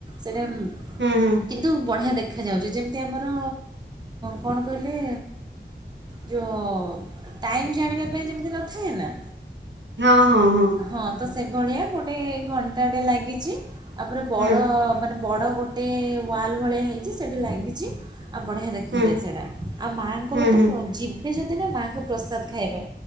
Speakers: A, on the right; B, on the right.
A: ସେଟା
B: ହୁଁ ହୁଁ।
A: କିନ୍ତୁ ବଢ଼ିଆ ଦେଖାଯାଉଛି ଯେମିତି ଆମର କଣ କହିଲେ? ଯୋଉଁ ଟାଇମ୍ ଜାଣିବା ପାଇଁ ଯେମିତି ନଥାଏ ନା।
B: ହଁ ହଁ ହଁ।
A: ହଁ ତ ସେଭଳିଆ ଗୋଟେ ଘଣ୍ଟା ଟେ ଲାଗିଛି ଆପରେ ବଡ
B: ହଁ
A: ମାନେ ବଡ ଗୋଟେ ୱାଲ ଭଳିଆ ହେଇଛି ସେଇଠି ଲାଗିଛି। ଆଉ ବଢ଼ିଆ ଦେଖାଯାଏ
B: ହୁଁ
A: ସେଇଟା ଆଉ ମାଆଙ୍କର
B: ହୁଁ
A: ତ
B: ହୁଁ ହୁଁ
A: ପ୍ରଜି ଏବେ ଯଦି ନା ମାଆଙ୍କ ପ୍ରସାଦ ଖାଇବେ